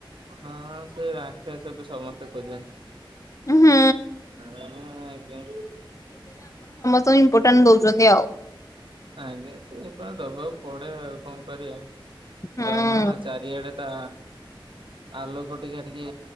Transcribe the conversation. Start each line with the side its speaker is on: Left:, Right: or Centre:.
Right: ହଁ ସେ ରାକ୍ଷାସକୁୁ ସମସ୍ତେ ଖୋଜନ୍ତି।
Left: ହୁଁ
Right: ଆଁ ଆଜ୍ଞା।
Left: ତ ଇମ୍ପୋଟାଣ୍ଟ ଦୋଉଚନ୍ତି ଆଉ।
Right: ଆଜ୍ଞା ସେ କଣ ଦବାକୁ ପଡେ ଆଉ କଣ କରିବା
Left: ହୁଁ।
Right: ଜହ୍ନ ନା ଚାରିଆଡେ ତା ଆଲୋକ ଟିକେ ଟିକେ